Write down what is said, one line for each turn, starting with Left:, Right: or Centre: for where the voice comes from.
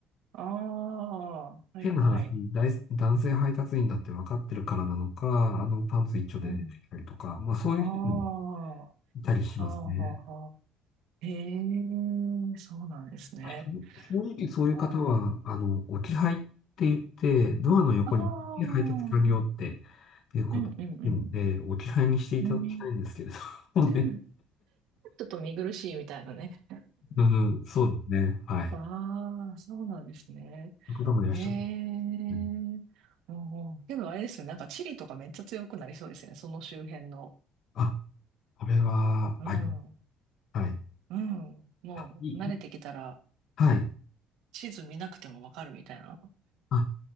Right: ああ、はいはい。
Left: 変な話、大男性配達員だって分かってるからなのか、あのパンツ一丁で出てきたりとか、
Right: うん。
Left: まあそういう人も
Right: ああ、は
Left: いたりしますね。
Right: あはあはあ。へえ、そうなんですね。
Left: 正正直そういう方は、
Right: あー
Left: あの、置き配って言って、ドアの横に配達完了って
Right: あー、
Left: いうことなので、
Right: うんうんうん。
Left: 置き配にしていただきたいんですけれどもね。
Right: うん、<laughs> ちょっと見苦しいみたいなね。
Left: <laughs> うん、そうですね。はい。
Right: ああ、そうなんですね。
Left: そういう方もいらっしゃる。
Right: へえ、
Left: うん
Right: おーけどあれですよね、なんかチリとかめっちゃ強くなりそうですね、その周辺の。
Left: あ、これは、
Right: うん、
Left: あり
Right: う
Left: はい。
Right: ん、もう慣れてきたら
Left: あいいはい。
Right: 地図見なくてもわかるみたいな。
Left: あ